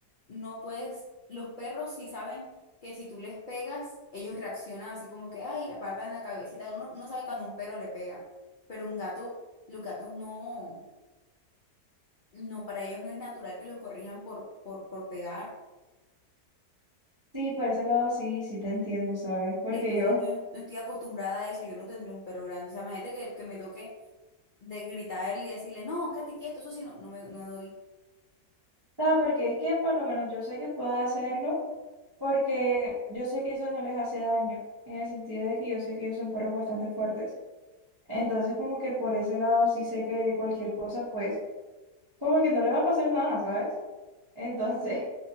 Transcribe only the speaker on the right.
sí, por ese lado sí, sí te entiendo, ¿sabes? Porque
yo,
ah, porque es que por lo menos yo sé que puedo hacerlo, porque yo sé que eso no les hace daño, en el sentido de que yo sé que ellos son perros bastante fuertes. Entonces, como que por ese lado sí sé que cualquier cosa, pues, como que no le va a pasar nada, ¿sabes? Entonces,